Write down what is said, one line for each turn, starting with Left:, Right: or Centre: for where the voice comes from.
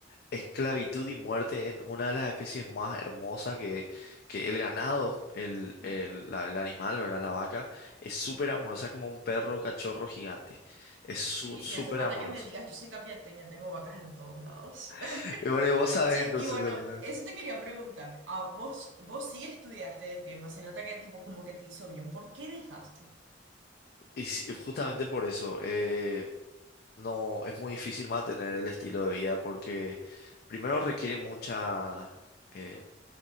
Left: esclavitud y muerte en una de las especies más hermosas que, que el ganado, el,
Right: Ujú.
Left: el, la- el animal, ¿verdad? La vaca, es súper amorosa, es como un perro cachorro gigante, es su-
Right: Sí,
Left: súper
Right: me hace falta
Left: amorosa.
Right: que me digas, yo soy capiateña, tengo vacas en todos lados.
Left: <laughs>
Right: <laughs>
Left: Y bueno, y vos sabés
Right: Sí,
Left: entonces
Right: y bueno,
Left: lo lindo de eso.
Right: eso te quería preguntar. Ah, vos, vos sí estudiaste el tema, se nota que tipo como que te hizo bien. ¿Por qué dejaste?
Left: Y sí, justamente por eso. eh, no es muy difícil mantener el estilo de vida porque primero requiere mucha, eh,